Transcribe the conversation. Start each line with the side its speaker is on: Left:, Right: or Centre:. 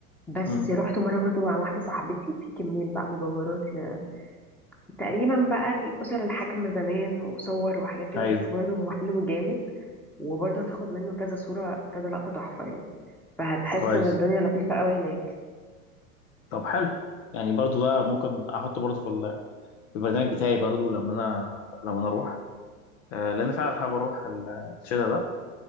Centre: بس
Left: مم.
Centre: رحت مرة برضو مع واحدة صاحبتي في كمية بقى مجوهرات ل... تقريبا بقى الأسر الحاكمة زمان وصور وحاجات كده
Left: ايوه
Centre: بس برضو هو حلو جامد وبرضو هتاخد منه كذا صورة كذا لقطة تحفة يعني فهتحس
Left: كويس
Centre: ان الدنيا لطيفة قوي هناك
Left: طب حلو يعني برضو ده ممكن احطه برضو في ال- في البرنامج بتاعي برضو لما انا لما انا اروح آه، لان فعلا حابب اروح ال- الشتا ده